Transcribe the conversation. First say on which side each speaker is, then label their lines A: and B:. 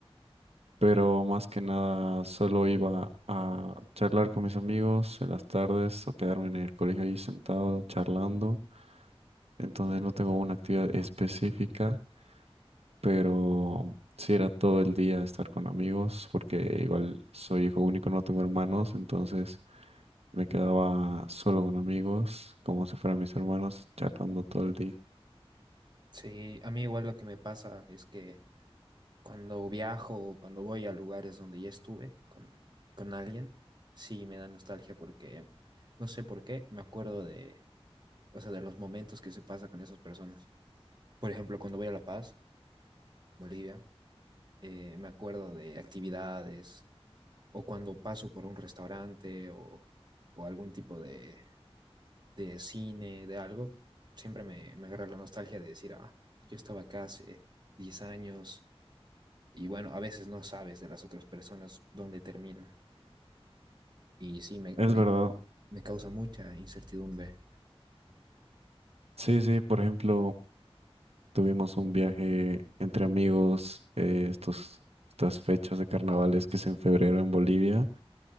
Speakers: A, on the right (about 75°); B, on the right (about 45°).
A: pero más que nada solo iba a charlar con mis amigos en las tardes o quedarme en el colegio ahí sentado charlando. Entonces no tengo una actividad específica, pero sí era todo el día estar con amigos, porque igual soy hijo único, no tengo hermanos, entonces me quedaba solo con amigos, como si fueran mis hermanos, charlando todo el día.
B: Sí, a mí igual lo que me pasa es que cuando viajo o cuando voy a lugares donde ya estuve con, con alguien, sí me da nostalgia porque no sé por qué, me acuerdo de, o sea, de los momentos que se pasa con esas personas. Por ejemplo, cuando voy a La Paz, Bolivia, eh, me acuerdo de actividades, o cuando paso por un restaurante o, o algún tipo de, de cine, de algo, siempre me, me agarra la nostalgia de decir, ah, yo estaba acá hace 10 años y bueno, a veces no sabes de las otras personas dónde terminan y sí, me,
A: Es
B: me,
A: verdad.
B: me causa mucha incertidumbre.
A: Sí, sí, por ejemplo. Tuvimos un viaje entre amigos, eh, estos, estas fechas de carnavales que es en febrero en Bolivia